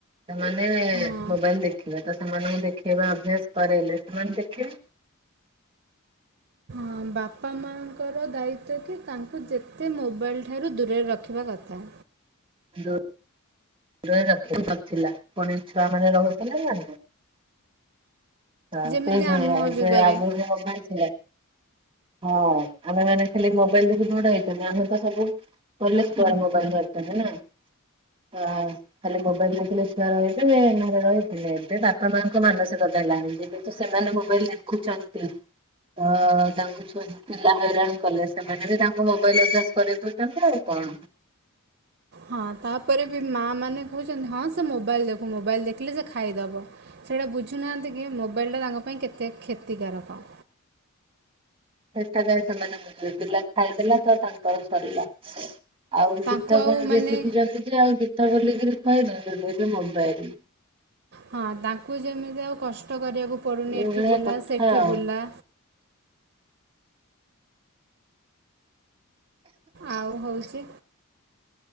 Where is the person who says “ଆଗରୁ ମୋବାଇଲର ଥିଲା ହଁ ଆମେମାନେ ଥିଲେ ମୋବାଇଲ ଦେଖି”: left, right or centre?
Right